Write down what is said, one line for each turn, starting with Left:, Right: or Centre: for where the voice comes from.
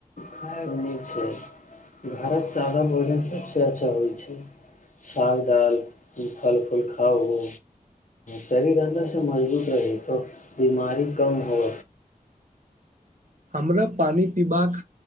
Left: खाय नहि छै घरक सादा भोजन सबसँ अच्छा होइ छै साग दाल फल फूल खाओ शरीर अन्दरसँ मजबूत रही तऽ बीमारी कम हो
Right: हमरा पानि पीबाक